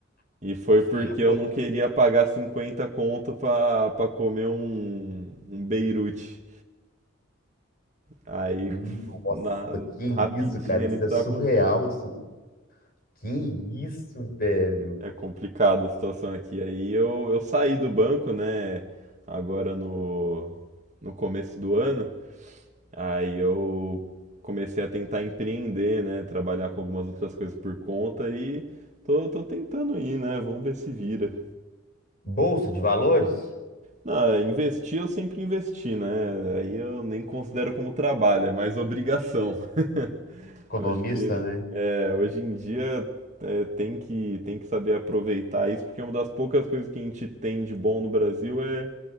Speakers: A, on the right; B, on the left.
A: e foi porque
B: <laughs>
A: eu não queria pagar 50 conto pra, pra comer um, um Beirute. Aí,
B: Nossa,
A: na,
B: que
A: rapidinho
B: isso, cara?
A: ali,
B: Isso
A: tava
B: é surreal.
A: com fome.
B: su- Que isso, velho?
A: É complicado a situação aqui. Aí eu, eu saí do banco, né? Agora no, no começo do ano. Aí eu comecei a tentar empreender, né? Trabalhar com algumas outras coisas por conta e tô, tô tentando ir, né? Vamos ver se vira.
B: Bolsa de valores?
A: Não, investir eu sempre investi, né? Aí eu nem considero como trabalho, é mais obrigação. <laughs>
B: Economista,
A: Eu Acho que
B: né?
A: É, hoje em dia é, tem que, tem que saber aproveitar isso, porque uma das poucas coisas que a gente tem de bom no Brasil é